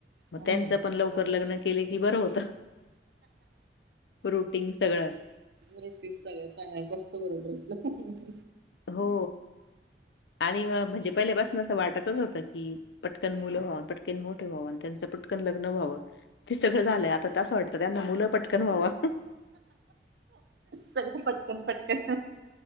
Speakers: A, on the left; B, on the right.
A: म
B: हम्म
A: त्यांच पण लवकर लग्न केले की बरं होत. रुटींग सगळं
B: रुटिंग सगळं चा मस्त बरोबर होत
A: हो आणि म्हणजे पहिल्यापासणाच असं वाटतच होत की, पटकन मुलं व्हावं. आणि पटकन मोठे व्हावं. आणि त्यांचं पटकन लग्न व्हावं. ते सगळं झालंय. आता त असं वाटत त्यांना मुलं पटकन व्हावा.
B: सगळ पटकन पटकन